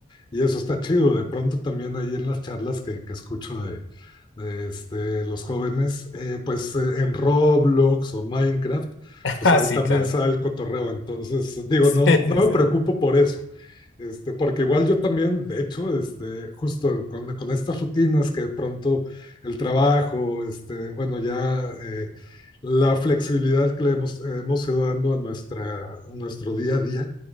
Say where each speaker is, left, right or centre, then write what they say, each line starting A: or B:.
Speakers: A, on the left; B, on the left.
A: y eso está chido. De pronto también ahí en las charlas que, que escucho de, de, este, los jóvenes, eh, pues eh, en Roblox o Minecraft, pues
B: Ah,
A: ahí
B: sí,
A: también
B: claro. <laughs>
A: sale el cotorreo. Entonces, digo,
B: Sí,
A: no, no
B: sí, sí.
A: me preocupo por eso. Este, porque igual yo también, de hecho, este, justo con, con estas rutinas que de pronto el trabajo, este, bueno, ya eh, la flexibilidad que le hemos, hemos ido dando a, nuestra, a nuestro día a día,